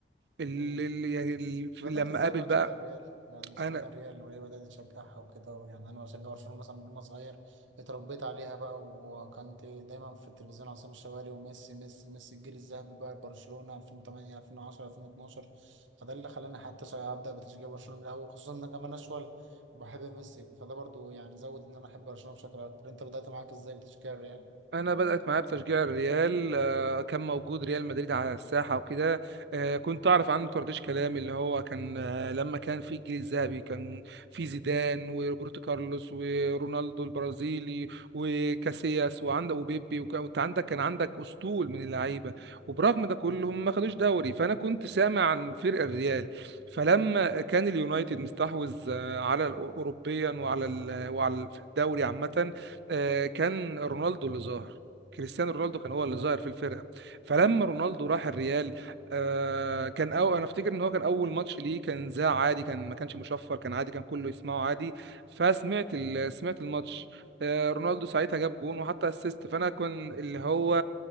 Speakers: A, on the right; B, on the right.
A: ال...
B: مم.
A: ال... يعني ال...
B: بدأت
A: لما
B: ازاي
A: قابل
B: بقى
A: بقى
B: تشجع الريال؟ يعني اشمعنى
A: انا
B: الريال وليه بدأت تشجعها وكده يعني انا بشجع برشلونة مثلا من وانا صغير اتربيت عليها بقى وكنت دايما في التلفزيون عصام الشوالي وميسي ميسي ميسي الجيل الذهبي بقى برشلونة 2008 2010 2012 فده اللي خلاني حتى شا- ابدأ بتشجيع برشلونة من الاول خصوصا ان انا كمان اشول وبحب ميسي فده برضو يعني زود ان انا احب برشلونة بشكل اكبر انت بدأت معاك ازاي بتشجيع الريال؟
A: انا بدات معايا بتشجيع الريال آه، كان موجود ريال مدريد على الساحه وكده آه، كنت اعرف عنه طرطيش كلام اللي هو كان آه، لما كان في الجيل الذهبي كان في زيدان وروبرتو كارلوس ورونالدو البرازيلي وكاسياس وعندك وبيبي وك- وانت عندك كان عندك اسطول من اللعيبه وبرغم ده كله
B: مم.
A: هم ما خدوش دوري فانا كنت سامع عن فرق الريال فلما كان اليونايتد مستحوذ آه، على الأو- اوروبيا وعلى ال- وعلى الدوري عامه آه، كان رونالدو اللي ظاهر كريستيانو رونالدو كان هو اللي
B: اه
A: ظاهر في الفرقه فلما رونالدو راح الريال آه، كان أو انا افتكر ان هو كان اول ماتش ليه كان ذاع عادي كان ما كانش مشفر كان عادي كان كله يسمعه عادي فسمعت ال- سمعت الماتش آه، رونالدو ساعتها جاب جون وحتى اسيست فانا كان اللي هو